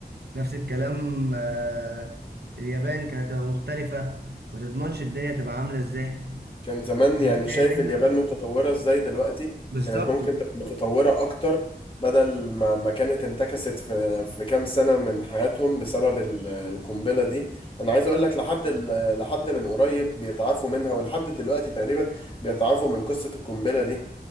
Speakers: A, on the right; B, on the left.
A: نفس الكلام آه اليابان كانت هتبقى مختلفه ما تضمنش الدنيا تبقى عامله ازاي
B: كان زمان يعني
A: هتلاقي
B: شايف
A: دايما
B: اليابان متطورة ازاي دلوقتي
A: بالظبط
B: كانت ممكن تبقى متطورة اكتر بدل ما ما كانت انتكست في في كام سنة من حياتهم بسبب ال- القنبلة دي انا عايز اقول لك لحد ال- لحد من قريب بيتعافوا منها ولحد دلوقتي تقريبا بيتعافوا من قصة القنبلة دي